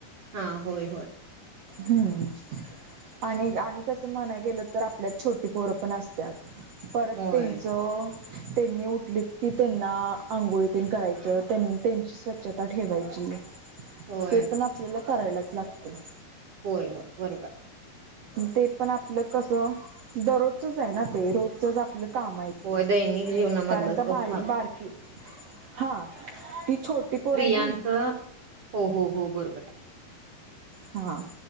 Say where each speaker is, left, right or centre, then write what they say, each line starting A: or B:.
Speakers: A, on the right; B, on the right.
A: हा होय होय
B: हम्म आणि आणि कसं म्हणाय गेलं तर आपल्यात छोटी पोरं पण असत्याात. परत
A: होय
B: त्यांचं त्यांनी उठलीत की त्यांना आंघोळीतीन करायच त्यांची स्वच्छता ठेवायची.
A: होय
B: तेे पण आपल्याला करायलाच लागते.
A: होय हो बरोबर
B: ते पण आपलं कस दररोजच आहे ना ते रोजचच आप काम आहे ती
A: होय दैनिक जीवनामधला
B: कारण का
A: तो
B: बारी
A: भाग
B: बारथी हा ती छोटी पोर येत.
A: त्यांच हो हो हो बरोबर ये
B: हा